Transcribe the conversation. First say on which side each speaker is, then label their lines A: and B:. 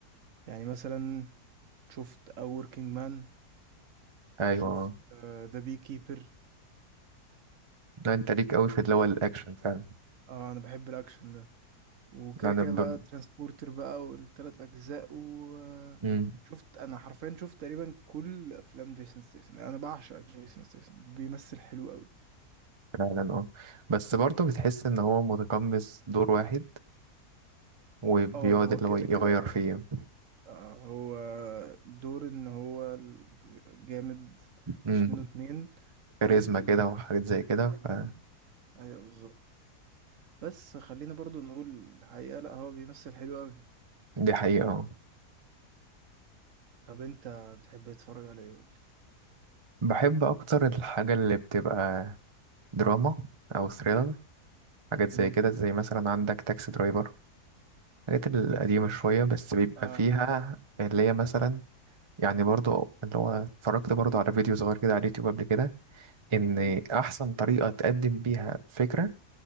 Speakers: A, on the right; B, on the right.
A: يعني مثلا شفت A Working Man
B: ايوه
A: شفت ذا بي كيبر
B: لا انت ليك قوي في اللي هو الاكشن فعلا
A: اه The Beekeeper. آه، انا بحب الاكشن ده وكده
B: لا انا
A: كده بقى
B: ب...
A: ترانسبورتر بقى والتلات أجزاء وشفت
B: امم
A: أنا حرفيا شفت تقريبا كل أفلام جيسون ستيسن أنا بعشق جيسون ستيسن بيمثل حلو أوي
B: فعلا اه بس برضه بتحس ان هو متقمص دور واحد وبيقعد
A: اه هو
B: اللي
A: كده
B: هو يغير
A: كده اه
B: فيه
A: آه، هو دور إن هو الجامد مفيش
B: امم
A: منه اتنين فاهم
B: كاريزما
A: ال-
B: كده وحاجات زي كده
A: أيوه
B: اه
A: أيوه بالظبط بس خلينا برضو نقول الحقيقة لأ هو بيمثل حلو أوي
B: دي حقيقة اه
A: طب أنت بتحب تتفرج على إيه قولي؟
B: بحب أكتر الحاجة اللي بتبقى دراما أو ثريلر حاجات
A: مم.
B: زي كده زي مثلا عندك تاكسي درايفر الحاجات القديمة شوية بس بيبقى
A: اه
B: فيها اللي هي مثلا يعني برضو اللي هو اتفرجت برضو على فيديو صغير كده على اليوتيوب قبل كده إن
A: مم.
B: أحسن طريقة تقدم بيها فكرة